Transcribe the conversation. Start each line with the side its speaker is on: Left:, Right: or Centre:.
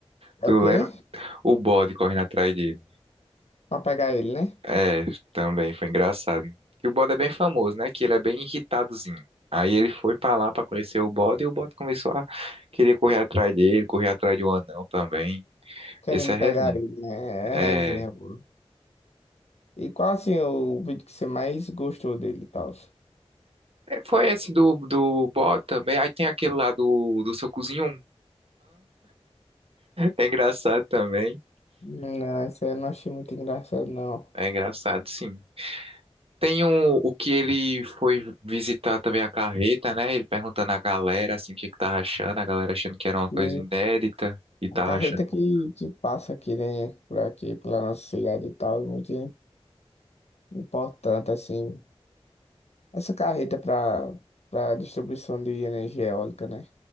Right: Tu
Left: É o quê?
Right: lembra? O bode correndo atrás dele.
Left: Pra pegar ele, né?
Right: É, também foi engraçado. Que o bode é bem famoso, né? Que ele é bem irritadozinho. Aí ele foi pra lá pra conhecer o bode e o bode começou a querer correr atrás dele, correr atrás de um anão também.
Left: Querendo
Right: Esse é resenha.
Left: pegar ele, né? É
Right: É,
Left: resenha, pô. E qual assim o vídeo que você mais gostou dele e tal?
Right: é, foi esse do, do bode também. Aí tem aquele lá do, do seu cozinho. É engraçado também.
Left: Não, esse aí eu não achei muito engraçado, não.
Right: É engraçado, sim. Tem o o que ele foi visitar também a carreta, né? Ele perguntando à galera, assim, o que é que tava achando. A galera achando que era uma coisa
Left: E
Right: inédita e tava
Left: a carreta
Right: achando
Left: que,
Right: bom.
Left: que passa aqui, né? Por aqui, pela nossa cidade e tal, é muito importante, assim. Essa carreta para para distribuição de energia eólica, né?